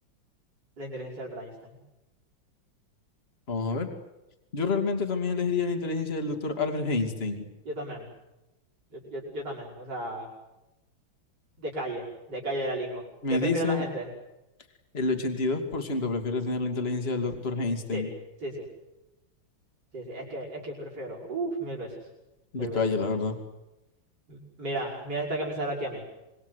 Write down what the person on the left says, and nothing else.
Vamos a ver. Yo realmente también elegiría la inteligencia del doctor Albert Einstein.
Me
dice,
el 82% prefiere tener la inteligencia del doctor Einstein.
De
calle,
la
verdad.